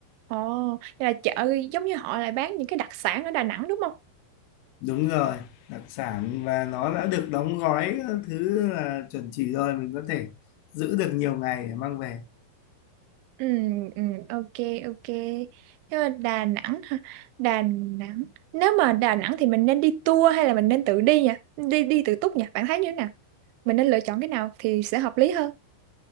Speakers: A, on the right; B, on the left.
A: ồ vậy là chợ giống như họ lại bán những cái đặc sản ở Đà Nẵng đúng không
B: đúng rồi đặc sản và nó đã được đóng gói các thứ là chuẩn chỉ rồi mình có thể giữ được nhiều ngày để mang về
A: ừ ừ ok ok nhưng mà Đà Nẵng hả? Đà Nẵng nếu mà Đà Nẵng thì mình nên đi tour hay là mình nên tự đi nhỉ đi đi tự túc nhỉ bạn thấy như thế nào mình nên lựa chọn cái nào thì sẽ hợp lý hơn